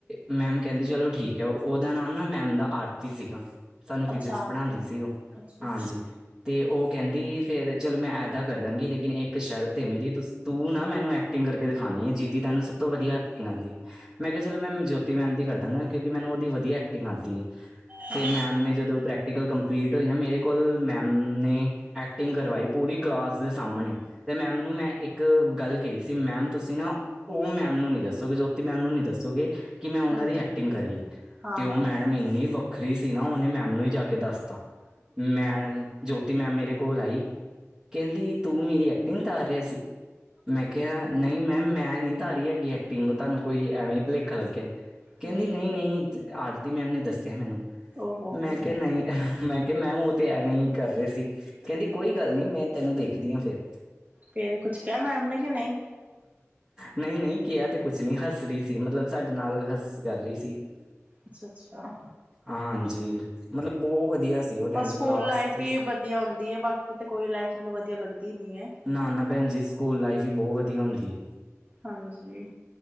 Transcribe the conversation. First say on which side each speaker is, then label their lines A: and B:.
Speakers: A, on the right; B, on the right.
A: ਮੈਮ ਕਹਿੰਦੀ ਚਲੋ ਠੀਕ ਹੈ ਉਹ ਉਹਦਾ ਨਾਮ ਨਾ ਮੈਮ ਦਾ ਆਰਤੀ ਸੀਗਾ ਸਾਨੂੰ ਫਿਜਿਕਸ
B: ਅੱਛਾ ਆਰਤੀ
A: ਪੜ੍ਹਾਉਂਦੀ ਸੀ ਉਹ
B: ਅੱਛਾ
A: ਹਾਂਜੀ।
B: ਅੱਛਾ
A: ਤੇ ਉਹ ਕਹਿੰਦੀ ਫਿਰ ਚਲੋ ਮੈਂ ਇਦਾਂ ਕਰ ਦਾਂਗੀ ਲੇਕਿਨ ਇੱਕ ਸ਼ਰਤ ਹੈ ਮੇਰੀ ਤੁਸੀਂ ਤੂੰ ਨਾ ਮੈਨੂੰ ਐਕਟਿੰਗ ਕਰਕੇ ਦਿਖਾਉਣੀ ਏ ਜਿਦੀ ਤੈਨੂੰ ਸਭ ਤੋਂ ਵਧੀਆ ਐਕਟਿੰਗ ਆਉਂਦੀ ਏ। ਮੈਂ ਕਿਹਾ ਚਲੋ ਮੈਂ ਜੋਤੀ ਮੈਮ ਦੀ ਕਰ ਦਾਂਗਾ ਕਿਉਂਕਿ ਮੈਨੂੰ ਉਹਦੀ ਵਧੀਆ ਐਕਟਿੰਗ ਆਦੀ ਹੈ।
B: ਹਾਂ
A: ਤੇ ਮੈਮ ਨੇ ਜਦੋਂ ਪ੍ਰੈਕਟੀਕਲ ਕੰਪਲੀਟ ਹੋਈ ਨਾ ਮੇਰੇ ਕੋਲ ਮੈਮ ਨੇ ਐਕਟਿੰਗ ਕਰਵਾਈ ਪੂਰੀ ਕਲਾਸ ਦੇ ਸਾਹਮਣੇ ਤੇ ਮੈਮ ਨੂੰ ਮੈਂ ਇੱਕ ਇੱਕ ਗੱਲ ਕਹੀ ਸੀ ਮੈਮ ਤੁਸੀਂ ਨਾ ਉਹ ਮੈਮ ਨੂੰ ਨਹੀਂ ਦੱਸੋਗੇ ਜੋਤੀ ਮੈਮ ਨੂੰ ਨਹੀਂ ਦੱਸੋਗੇ ਕਿ ਮੈਂ ਉਹਨਾਂ
B: ਹਾਂਜੀ
A: ਦੀ ਐਕਟਿੰਗ ਕਰੀਏ
B: ਹਾਂ
A: ਤੇ ਉਹ
B: ਹਾਂ
A: ਮੈਡਮ ਇੰਨੀ ਵੱਖਰੀ ਸੀ ਨਾ ਉਹਨੇ ਮੈਮ ਨੂੰ ਹੀ ਜਾ ਕੇ ਦੱਸਤਾ। ਮੈਮ ਜੋਤੀ ਮੈਮ ਮੇਰੇ ਕੋਲ ਆਈ ਕਹਿੰਦੀ ਤੂੰ ਮੇਰੀ ਐਕਟਿੰਗ ਤਾਰ ਰਿਹਾ ਸੀ। ਮੈਂ ਕਿਹਾ ਨਹੀਂ ਮੈ ਮੈਮ ਨਹੀਂ ਤਾਰੀ ਹੈਗੀ ਐਕਟਿੰਗ ਓਹ ਤੁਹਾਨੂੰ ਕੋਈ ਐਵੇਂ ਭੁਲੇਖਾ ਲੱਗਿਆ। ਕਹਿੰਦੀ
B: ਹਮ
A: ਨਹੀਂ ਨਹੀਂ ਆਰਤੀ ਮੈਮ ਨੇ ਦੱਸਿਆ ਮੈਨੂੰ।
B: ਓਹੋ
A: ਮੈਂ ਕਿਹਾ ਨਹੀਂ ਮੈਂ ਕਿਹਾ ਮੈਮ ਐਵੇਂ ਹੀ ਕਰ ਰਹੇ ਸੀ ਕਹਿੰਦੀ ਕੋਈ ਗੱਲ ਨਹੀਂ ਮੈਂ ਤੈਨੂੰ ਦੇਖਦੀ ਹਾਂ ਫੇਰ
B: ਫੇਰ ਕੁਛ ਕਿਹਾ ਮੈਮ ਨੇ ਕਿ ਨਹੀਂ।
A: ਨਹੀਂ ਨਹੀਂ ਕਿਹਾ ਤੇ ਕੁਛ ਨਹੀਂ ਹੱਸ ਰਹੀ ਸੀ ਮਤਲਬ ਸਾਡੇ ਨਾਲ ਹੱਸ ਕਰ ਰਹੀ ਸੀ। <inaudible>
B: ਅੱਛਾ ਅੱਛਾ।
A: ਹਾਂਜੀ ਮਤਲਬ ਬਹੁਤ ਵਧੀਆ ਸੀ। ਉਹ
B: ਬਸ ਸਕੂਲ
A: ਕਲਾਸ
B: ਲਾਈਫ
A: ਤੇ
B: ਹੀ ਵਧੀਆ ਹੁੰਦੀ ਹੈ ਬਾਕੀ ਤਾਂ ਕੋਈ ਲਾਈਫ ਮੈਨੂੰ ਵਧੀਆ ਲੱਗਦੀ ਨੀ ਹੈ।
A: ਨਾ ਨਾ ਭੈਣ ਜੀ ਸਕੂਲ ਲਾਈਫ ਹੀ ਬਹੁਤ ਵਧੀਆ ਹੁੰਦੀ।
B: ਹਾਂਜੀ